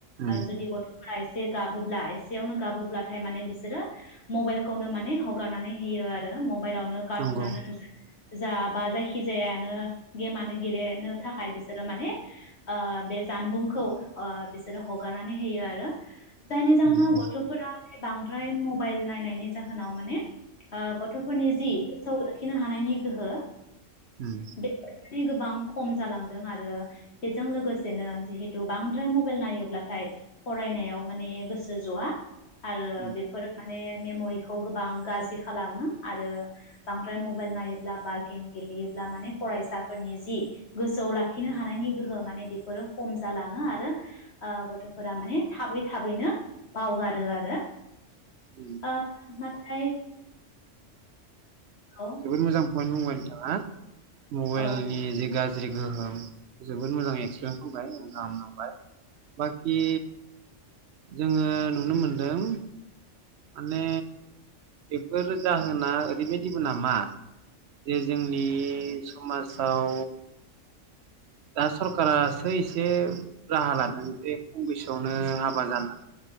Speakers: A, on the right; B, on the left.
A: उम
B: जुदि गथ' एसे गाबोब्ला एसेयावनो गाबोब्लाथाय माने बिसोरो मबाइलखौनो माने हगारनानै होयो आरो ओ मबाइलावनो कारटुननो
A: नंगौ
B: जा बा जायखिजायानो गेमानो गेलेनो थाखाय बिसोरो माने बे जानबुंखौ ओ बिसोरो हगारनानै होयो आरो जायनि जाहोनाव
A: उम
B: गथ'फोरा बांद्राय मबाइल नायनायनि जाहोनाव माने गथ'फोरनि जि <unintelligible> खिनो हानायनि गोहो
A: उम
B: बे गोबां खम जालांदों आरो बेजों लोगोसेनो जिहेथु बांद्राय मबाइल नायोब्लाथाय फरायनायाव माने गोसो जआ आरो
A: उम
B: बेफोरो ने मेमरिखौ गोबां गाज्रि खालामो आरो बांद्राय मबाइ नायो ब्ला बा गेम गेलेयोब्ला माने फरायसाफोरनि जि गोसोआव लाखिनो हानायनि गोहो माने बेफोरो खम जालाङो आरो गथ'फोरा माने थाबै थाबैनो बावगारो आरो
A: <unintelligible>
B: ओ नाथाय औ
A: जोबोद मोजां <unintelligible> बुंबाय नोंथाङा मबाइलनि
B: औ
A: जे गाज्रि गाज्रि गोहोम जोबोद मोजां एक्सपिरियेन्स होनबाय गाहाम नांबाय बाखि जोङो नुनो मोनदों माने बेफोर जाहोना ओरैबायदिबो नामा जे जोंनि समाजाव दा सरखारासो एसे राहा लादों बे खम बैसोआवनो हाबा जाना